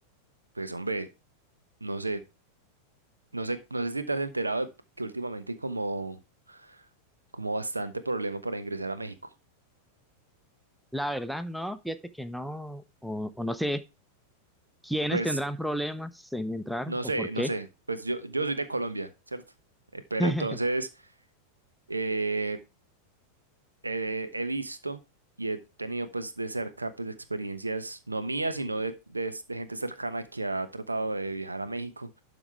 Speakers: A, on the right; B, in the centre.
A: pues hombre, no sé, no sé, no sé si te has enterado de que últimamente hay como, como bastante problema para ingresar a México.
B: La verdad, no, fíjate que no, o, o no sé quiénes
A: Pues,
B: tendrán problemas en entrar
A: no
B: o
A: sé,
B: por
A: no
B: qué.
A: sé, pues yo, yo soy de Colombia, ¿cierto? Eh, pero
B: <laughs>
A: entonces eh, he, he visto y he tenido pues de cerca pues experiencias, no mías, sino de, de, de gente cercana que ha tratado de viajar a México